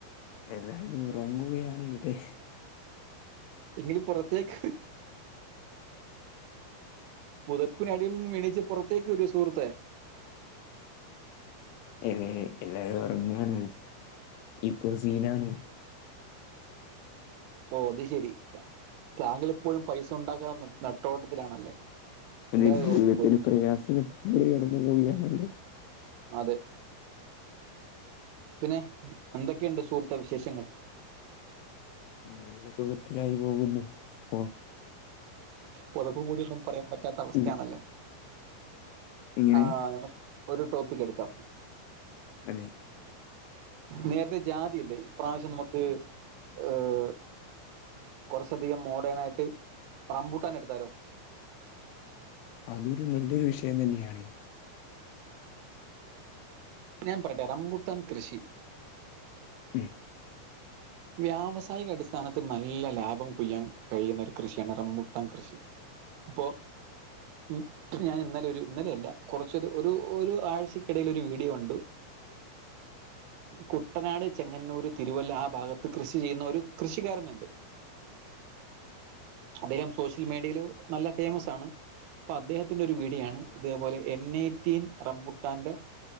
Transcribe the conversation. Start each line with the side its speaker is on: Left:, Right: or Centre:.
Left: എല്ലാവരും ഉറങ്ങുകയാണ് ഇവിടെ
Right: എങ്കിൽ പുറത്തേക്ക് പുതപ്പിനടിയിൽ നിന്നും എണീച്ച് പുറത്തേക്ക് വരു സുഹൃത്തേ
Left: അതെ എല്ലാരും ഒറങ്ങാണ് ഇപ്പൊ സീനാണ്.
Right: ഓഹ് അത് ശെരി താങ്കളിപ്പോഴും പൈസ ഉണ്ടാക്കാനുള്ള നെട്ടോട്ടത്തിലാണല്ലേ?
Left: അത്
Right: എല്ലാവരും
Left: ജീവിതത്തിന്
Right: ഉറങ്ങുമ്പോൾ
Left: പ്രയാസം ഘട്ടത്തിലൂടെ കടന്നു പോവുകയാണല്ലോ
Right: അതെ പിന്നെ എന്തൊക്കെയുണ്ട് സുഹൃത്തെ വിശേഷങ്ങൾ
Left: നല്ല സുഖത്തിലായി പോവുന്നു പ്പൊ
Right: പുതപ്പു മൂടി ഒന്നും പറയാൻ പറ്റാത്ത അവസ്ഥയാണല്ലേ
Left: ഇ- ഇങ്ങനെ
Right: ആഹ് നമുക്ക് ഒരു ടോപ്പിക് എടുക്കാം
Left: അതെ
Right: നേരത്തെ ജാതിയല്ലേ ഇപ്രാവശ്യം നമുക്ക് ഏഹ് കുറച്ചധികം മോഡേൺ ആയിട്ട് റംബൂട്ടാൻ എടുത്താലോ?
Left: അതൊരു നല്ലൊരു വിഷയം തന്നെയാണ്
Right: ഞാൻ പറയട്ടെ റംബൂട്ടാൻ കൃഷി
Left: ഉം
Right: വ്യാവസായിക അടിസ്ഥാനത്തിൽ നല്ല ലാഭം കൊയ്യാൻ കഴിയുന്ന ഒരു കൃഷിയാണ് റംമ്പൂട്ടാൻ കൃഷി ഇപ്പൊ ഉം ഞാൻ ഇന്നലെ ഒരു ഇന്നലെയല്ല കുറച്ചത് ഒരു ഒരു ആഴ്ചക്കിടയിൽ ഒരു വീഡിയോ കണ്ടു കുട്ടനാട് ചെങ്ങന്നൂർ തിരുവല്ല ആ ഭാഗത്ത് കൃഷി ചെയ്യുന്ന ഒരു കൃഷിക്കാരനുണ്ട് അദ്ദേഹം സോഷ്യൽ മീഡിയയില് നല്ല ഫേമസ് ആണ് ഇപ്പൊ അദ്ദേഹത്തിന്റെ ഒരു വീഡിയോയാണ് ഇതേപോലെ എൻഎയ്റ്റീൻ റംബുട്ടാന്റെ